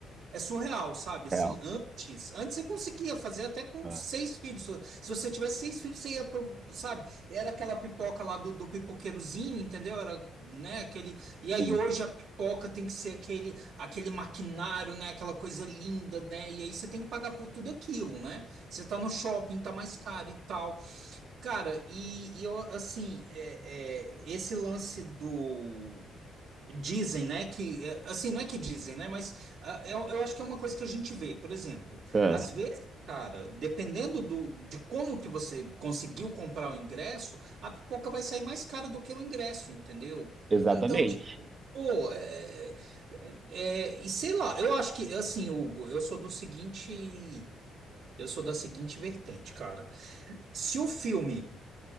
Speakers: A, on the right; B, on the right.
A: É surreal, sabe? Assim,
B: Real.
A: antes, antes você conseguia fazer até com
B: Ah,
A: seis filhos. Se se você tivesse seis filhos, você ia pro, sabe? Era aquela pipoca lá do, do pipoqueirozinho, entendeu? Era, né, aquele. E aí
B: sim.
A: hoje a pipoca tem que ser aquele aquele maquinário, né? Aquela coisa linda, né? E aí você tem que pagar por tudo aquilo, né? Você tá no shopping, tá mais caro e tal. Cara, e, e eu, assim, é- é, esse lance do Dizem, né, que, é, assim, não é que dizem, né, mas ah, eu, eu acho que é uma coisa que a gente vê, por exemplo,
B: Ah,
A: às vezes, cara, dependendo do, de como que você conseguiu comprar o ingresso, a pipoca vai sair mais cara do que o ingresso, entendeu?
B: exatamente.
A: Então, tipo, é, é, é, e sei lá, eu acho que, assim, Hugo, eu sou do seguinte, eu sou da seguinte vertente, cara, se o filme